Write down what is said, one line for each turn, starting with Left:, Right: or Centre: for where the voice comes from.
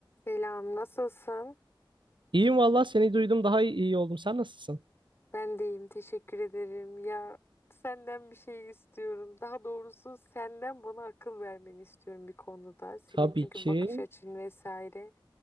Left: Selam, nasılsın?
Right: İyiyim valla seni duydum daha iyi, iyi oldum. Sen nasılsın?
Left: Ben de iyiyim, teşekkür ederim. Ya senden bir şey istiyorum. Daha doğrusu senden bana akıl vermeni istiyorum bir konuda. Senin
Right: Tabii
Left: çünkü
Right: ki.
Left: bakış açın vesaire